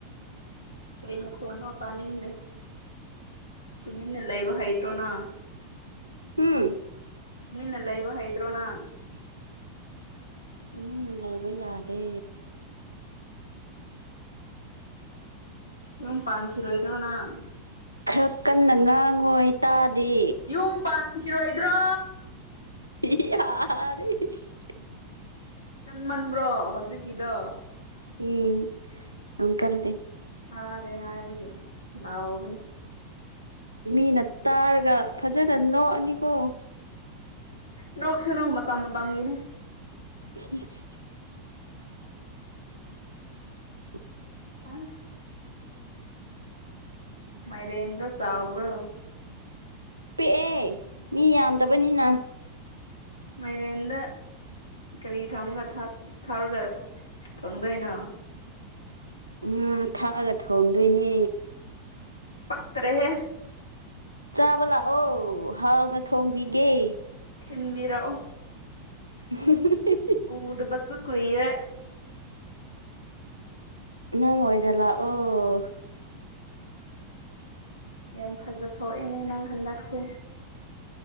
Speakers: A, on the left (about 75°); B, on the right (about 85°).
A: ꯀꯔꯤ ꯃꯈꯣꯟꯅꯣ ꯇꯥꯅꯤꯡꯗꯦ꯫ ꯇꯨꯃꯤꯟꯅ ꯂꯩꯕ ꯍꯩꯇ꯭ꯔꯣ ꯅ꯫
B: ꯍꯨ꯫
A: ꯇꯨꯃꯤꯟꯅ ꯂꯩꯕ ꯍꯩꯇ꯭ꯔꯣ ꯅꯪ꯫
B: ꯇꯨꯃꯤꯟꯅ ꯂꯩꯥꯕ ꯌꯥꯗꯦ꯫
A: ꯌꯨꯝ ꯄꯥꯟꯈꯤꯔꯣꯏꯗ꯭ꯔꯣ ꯅꯪ꯫
B: ꯈꯔ ꯀꯟꯅ ꯉꯥꯡꯉꯣ ꯑꯩ ꯇꯥꯗꯦ꯫
A: ꯌꯨꯝ ꯄꯥꯟꯈꯤꯔꯣꯏꯗ꯭ꯔꯣ꯫
B: <unintelligible>
A: ꯀꯟꯃꯟꯕ꯭ꯔꯣ ꯍꯧꯖꯤꯛꯀꯤꯗꯣ꯫
B: ꯎꯝ ꯌꯥꯝ ꯀꯟꯗꯦ꯫
A: ꯇꯥꯗꯦ ꯍꯥꯏꯕꯒꯤ ꯂꯥꯎꯕꯅꯦ꯫
B: ꯃꯤꯅ ꯇꯥꯔꯒ ꯐꯖꯅ ꯅꯣꯛꯑꯅꯤꯀꯣ꯫
A: ꯅꯣꯛꯁꯨꯅꯨ ꯃꯇꯝ ꯃꯇꯝꯒꯤꯅꯦ
B: <unintelligible> ꯎ <inaudible>
A: ꯑꯁ ꯃꯥꯏꯔꯦꯟꯗꯣ ꯆꯥꯎꯕꯔ꯭ꫭ
B: ꯄꯤꯛꯑꯦ ꯃꯤ ꯌꯥꯝꯗꯕꯅꯤꯅ
A: ꯃꯥꯏꯔꯦꯟꯗ ꯀꯔꯤ ꯊꯝꯃꯒ ꯊꯥꯛ ꯊꯥꯛꯔꯒ ꯊꯣꯡꯗꯣꯏꯅꯣ
B: ꯉꯥ ꯊꯥꯛꯑꯒ ꯊꯣꯡꯗꯣꯏꯅꯦ
A: ꯄꯛꯇꯔ꯭ꯦꯍꯦ
B: ꯆꯥꯕ ꯂꯥꯛꯑꯣ ꯍꯥꯎꯅ ꯊꯣꯡꯕꯤꯒꯦ
A: ꯊꯤꯟꯕꯤꯔꯛꯑꯣ
B: <unintelligible>
A: ꯎꯗꯕꯁꯨ ꯀꯨꯏꯔꯦ
B: ꯅꯪ ꯑꯣꯏꯅ ꯂꯥꯛꯑꯣ
A: ꯌꯥꯝ ꯐꯖ ꯊꯣꯛꯑꯦꯅꯦ ꯅꯪ ꯍꯟꯗꯛꯁꯦ